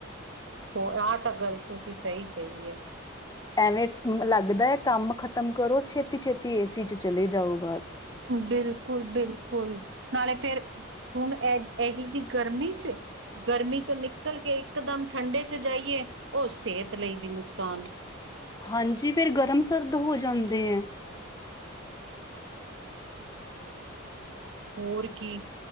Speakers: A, on the right; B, on the left.
A: ਹੋ ਆਹ ਤਾਂ ਗੱਲ ਤੁਸੀ ਸਈ ਕਈ ਏ।
B: ਐਵੇਂ ਫ ਲੱਗਦਾ ਕੰਮ ਖਤਮ ਕਰੋ ਛੇਤੀ-ਛੇਤੀ ਏਸੀ 'ਚ ਚਲੇ ਜਾਓ ਬਸ।
A: ਬਿਲਕੁਲ-ਬਿਲਕੁਲ ਨਾਲੇ ਫੇਰ ਹੁਣ ਐ ਐਹੀ ਜੀ ਗਰਮੀ 'ਚ ਗਰਮੀ ਚ ਨਿ ਨਿਕਲ ਕੇ ਇਕਦਮ ਠੰਡੇ 'ਚ ਜਾਈਏ। ਓ ਸੇਹਤ ਲਈ ਵੀ ਨੁਕਸਾਨ।
B: ਹਾਂਜੀ ਫਿਰ ਗਰਮ ਸਰਦ ਹੋ ਜਾਂਦੇ ਐ।
A: ਹੋਰ ਕੀ।